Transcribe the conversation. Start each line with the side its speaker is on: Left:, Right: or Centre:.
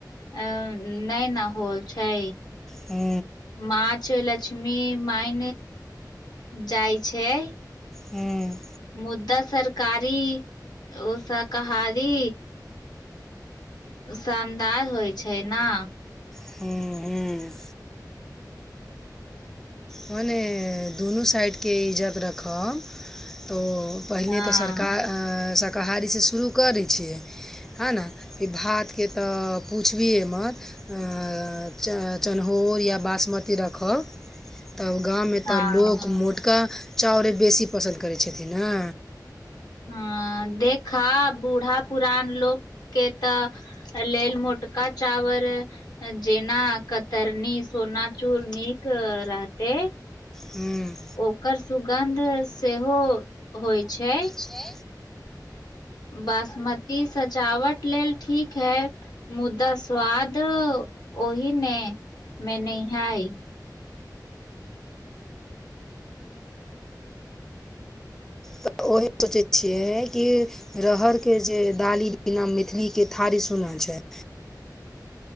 Left: अ नहि न होल छै
Centre: हू
Left: माछ लक्ष्मी माय जाइ छै
Centre: हूँ
Left: मुद्दा सरकारी ओ शाकाही शानदार होइ छै ने
Centre: हूँ हूँ मने हुनु साइड के इजग रख तरो पहिले
Left: हँ
Centre: त सरकार अं स कहारीसँ शुरू करै छियै है न फ भातके तऽ पुछबहे मत अं चन चनहौल या बासमती रखौ त उ गाम मे
Left: हँ
Centre: त मोटका चाउरे बेसी पसन्द करै छथिन न
Left: हँ देखा बूढ़ा पुरान लोक के तऽ लेल मोटका चावर जेना कतरनी सोना चूर नीक रहते
Centre: हूँ
Left: ओकर सुगन्ध सेहो होइत छै।
Centre: छै
Left: बासमती सजावट लेल ठीक है मुदा स्वाद ओहि ने मे नहि हइ
Centre: तऽ ओही सोचै छियै कि रहरक जे डाली न, मैथिलीक थारी सुन छै।